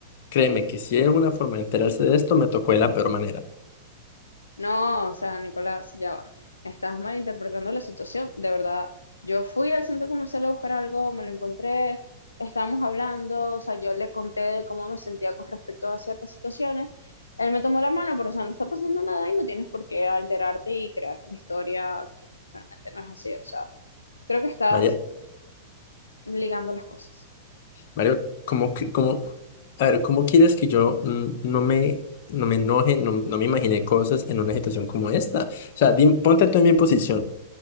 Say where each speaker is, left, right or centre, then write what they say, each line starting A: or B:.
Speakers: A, on the left; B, on the left.
A: créeme que si hay alguna forma de enterarse de esto, me tocó de la peor manera.
B: No, o sea, Nicolás, ya va. Estás malinterpretando la situación. De verdad, yo fui al centro comercial a buscar algo, me lo encontré, estábamos hablando, o sea, yo le conté de cómo me sentía con respecto a ciertas situaciones. Él me tomó la mano, pero o sea, no está pasando nada y no tienes por qué alterarte y crearte una historia que realmente no es así. O sea, creo que estás
A: María,
B: ligando las cosas.
A: Mario, ¿cómo, que- cómo, a ver, ¿cómo quieres que yo mm, no me, no me enoje, no, no me imagine cosas en una situación como esta? O sea, dim- ponte tú en mi posición.